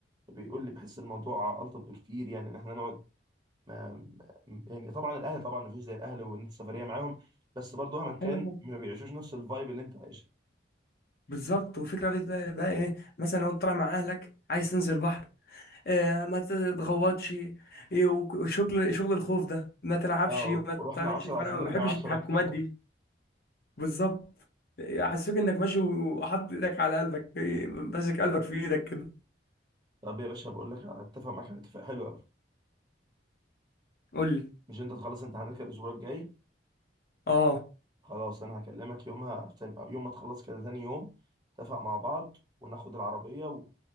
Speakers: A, on the right; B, on the left.
A: بيقول لي بحس الموضوع الطف بكتير يعني ان احنا نقعد ما ما- يعني طبعا الاهلي طبعا ما فيش زي الاهلي وان انت سفريه معاهم بس برضه مهما كان
B: ايوه
A: ما بيعيشوش نفس الفايب اللي انت عايشها
B: بالظبط والفكره بتبقى بقى ايه مثلا لو انت طالع مع اهلك عايز تنزل بحر آه ما تتغوطش إيه، وك- وشغل شغل الخوف ده ما تلعبش
A: اه
B: ما
A: ورحنا
B: تعملش
A: 10
B: فانا
A: عايزين
B: ما
A: نرجع
B: بحبش
A: 10
B: التحكمات
A: <laughs>
B: دي بالظبط حسيت انك ماشي وحاطط ايدك على قلبك إيه، ماسك قلبك في ايدك كده
A: طب يا باشا بقول لك اتفق معاك على اتفاق حلو قوي
B: قول لي
A: مش انت تخلص امتحاناتك الاسبوع الجاي
B: اه
A: خلاص انا هكلمك يومها تاني أو يوم ما تخلص كده تاني يوم نتفق مع بعض وناخد العربيه و...